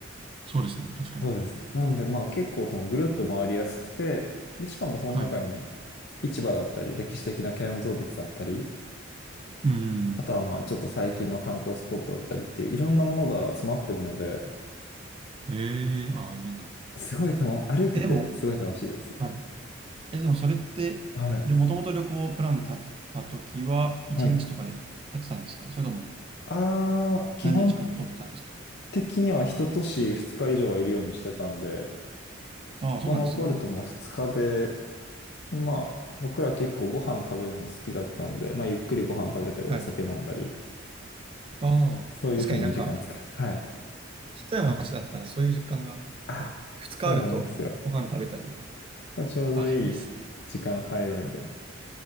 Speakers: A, on the right (about 30°); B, on the left (about 60°).
A: そうですね、確かに。
B: そうです。なんで、まあ結構そのぐるっと回りやすくて、で、しかもその中に
A: はい。
B: 市場だったり、歴史的な建造物だったり、
A: うーん。
B: あとはまあちょっと最近の観光スポットだったりっていういろんなものが詰まってるので、
A: へえ、あ、いいな。
B: すごいたの、歩いててすごい楽しいです。
A: え、でも、はい。え、でもそれって、
B: はい。
A: で、もともと旅行プラン立てたときは、1日とかで立てたんですかそれとも
B: はい。ああ、基本
A: 何日か取ってたんですか
B: 的には一都市二日以上はいるようにしてたんで、
A: ああ、
B: そこのポルトも二日で、
A: そうなんですね。
B: でまあ僕ら結構ご飯食べるの好きだったので、まあゆっくりご飯食べたりお酒飲んだり、
A: はい。ああ、
B: そういうふうに時間使い、
A: 確かになんか、
B: はい。
A: ちっちゃい町だったらそういう時間が、
B: あ、
A: なんか、2日あるとご飯食べたり、
B: そうなんですよ。ちょうどいい時間配分で。
A: あ、いいっすね。